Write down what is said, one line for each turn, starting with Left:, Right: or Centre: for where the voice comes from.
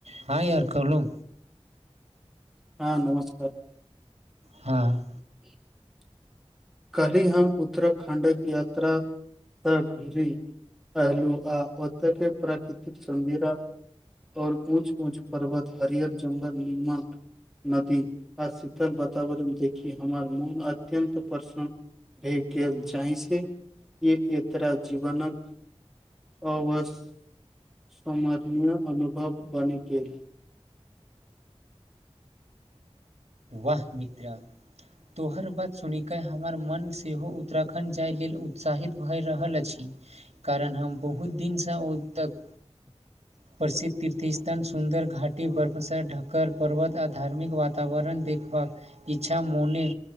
Right: हाँ यार कहलौं
Centre: हँ नमस्कार
Right: हँ
Centre: <inaudible> कल्हि हम उत्तराखंडक यात्रा से घुरी अयलू आ ओते के प्राकृतिक सुंन्दिरा आओर ऊंच ऊंच पर्वत हरियर जंगल नुमा नदी आ शीतल वातावरण देखी हमर मोन अत्यन्त प्रसन्न भए गेल जाहिसे ई एकरा जीवनक आवश्य सम्माननीय अनुभव बनि गेल
Right: वाह मित्र तोहर बात सुनिके हमर मन सेहो उत्तराखण्ड जाय लेल उत्साहित भए रहल अछि कारण हम बहुत दिनसँ ओ तक
Centre: <inaudible>
Right: प्रसिद्ध तीर्थ स्थान सुन्दर घाटी बर्फसर ढकल पर्वत आ धार्मिक वातावरण देखबाक इच्छा मोने